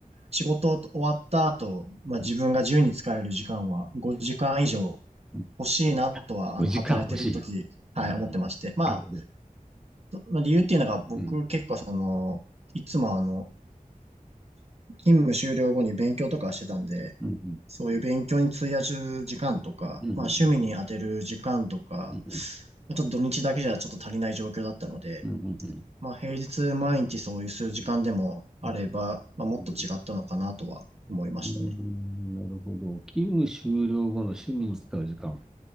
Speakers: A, on the right; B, in the centre.
A: 仕事終わった後、まあ、自分が自由に使える時間は5時間以上
B: んうん。
A: 欲しいなとは、
B: あ5時間欲しい。
A: あの、働いてる時、はい、
B: ああ、
A: 思ってまして。まあ、
B: なるほど。
A: そまあ理由っていうのが僕結構その、
B: うん。
A: いつもあの、勤務終了後に勉強とかしてたんで、
B: うんうん。
A: そういう勉強に費やす時間とか、
B: うんうんうん。
A: まあ趣味に当てる時間とか、
B: うんう
A: まあちょっと土日だけじゃちょっと足りない状況だったので、
B: んうん。
A: まあ平日毎日そういう数時間でもあれば、
B: うんうん
A: まあもっと違ったのかなとは思いましたね。
B: うんうん。なるほど。勤務終了後の趣味に使う時間。